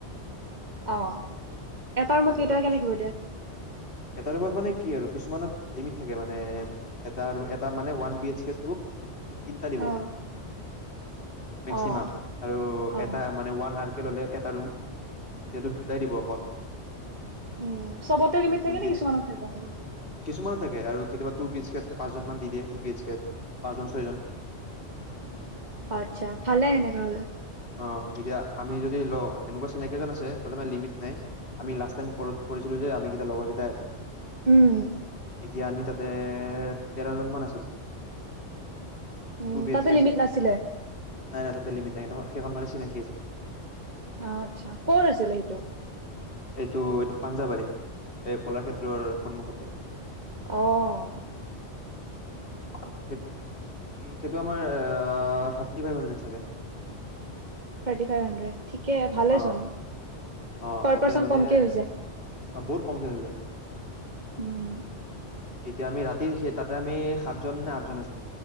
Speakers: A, on the right (about 40°); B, on the left (about 50°).
A: অহ এটা ৰুমত
B: সেনেকুৱা
A: কেইটা কেই থাকিব দিয়ে?
B: এটা ৰুমত মানে কি আৰু কিছুমানত লিমিট থাকে মানে এটা আৰু এটা মানে ওৱান বিএচ কে টু তিনিটা দিব।
A: অ',
B: মেক্সিমাম,
A: অ',
B: আৰু
A: অ',
B: এটা মানে ওৱান ললে এটা ৰুম, যিহেতু দুটাই দিব অকল
A: উম, চবতে লিমিট
B: আৰু
A: থাকে
B: টো বি
A: নে
B: এছ,
A: কিছুমানত থাকে অনলি?
B: কিছুমানু থাকে আৰু কেতিয়াবা টো বি এছ কেত পাঁচজন মান দি দিয়ে টো বি এছ কেত, পাঁচজন-ছয়জন
A: আচ্ছা, ভালে হয়েনেকাহলে।
B: অ এতিয়া আমি যদি ল এনেকুৱা চিনাকি আছে, তাতে মানে লিমিট নাই। আমি লাষ্ট টাইম কৰত-কৰিছিলোঁ যে আমি কিতাই লগৰ কীতাই
A: উম
B: তেতিয়া আমি তাতে তেৰ জন মান আছিল।
A: উম,
B: টু বি
A: তাতে
B: এচ কে
A: লিমিট
B: আছিল।
A: নাছিলে?
B: নাই-নাই তাতে লিমিট নাই <unintelligible> মানে চিনাকি আছিলে।
A: অ', আচ্ছা ক'ত আছিলে সেইটো?
B: এইটো-এইটো পাঞ্জাবাৰী, এই কলাক্ষেত্ৰৰ সন্মুখতে।
A: অহ
B: উম হেতু আমাৰ আহ আহ থাৰতি ফাইভ হান্দ্ৰদ চাগে।
A: Thirty five hundred? ঠিকে ভালেচোন।
B: অ অ
A: পাৰ
B: তাতে
A: পাৰ্চন
B: মানে
A: কমকে হৈ যায়।
B: বহুত কমকে হৈ যায়
A: উম।
B: তেতিয়া আমি ৰাতিৰ সেই তাতে আমি সাতজন নে আঠজন আছিলো,